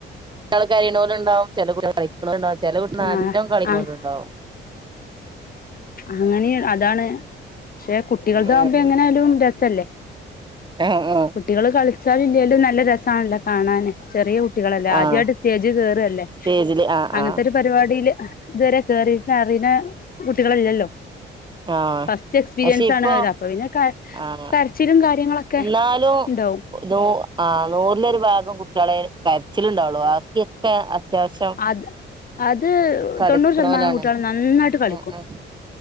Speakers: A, on the right; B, on the left.
A: കള് കരിണോല് ഇണ്ടാവും ചേലെ കുട്ടിയള് കളിക്ക്ണോല് ഇണ്ടാവും. ചെല കുട്ടിയള് നല്ലം
B: ആഹ്
A: കളിക്ക്ണോല്
B: ആഹ്
A: ഇണ്ടാവും.
B: അങ്ങനെ അതാണ് പക്ഷെ കുട്ടികൾതാവുമ്പേ
A: ആഹ്
B: എങ്ങനായാലും രസല്ലേ.
A: ആഹ് ആഹ്.
B: കുട്ടികള് കൾച്ചാലും ഇല്ലേലും നല്ല രസാണല്ലോ കാണാന്. ചെറിയ കു ട്ടികളല്ലേ
A: ആഹ്
B: ആദ്യയിട്ട് സ്റ്റേജ് കേറല്ലേ?
A: സ്റ്റേജില് ആഹ്
B: അങ്ങൻത്തെരു
A: ആഹ്
B: പരിപാടീല് ഇതുവരെ കേറിട്ട് അറിണ കുട്ടികളില്ലല്ലോ.
A: ആഹ്
B: ഫസ്റ്റ് എക്സ്പീരിയൻസ്
A: പക്ഷെ ഇപ്പൊ
B: ആണ് അവര് അപ്പൊ പിന്നെ ക
A: ആഹ്
B: കര്ച്ചിലും കാര്യങ്ങളൊക്കെ
A: എന്നാലും
B: ഇണ്ടാവും.
A: നൂ ആഹ് നൂറിലൊരുഭാഗം കുട്ട്യളെ കരച്ചില് ഇണ്ടാവുള്ളു ബാക്ക്യക്കെ അത്യാവശ്യം
B: അത് അത്
A: കളിക്കണോലാണ്
B: തൊണ്ണൂറ് ശതമാനം കുട്ട്യാളും നന്നായിട്ട് കളിക്കും.
A: ആഹ് ആഹ്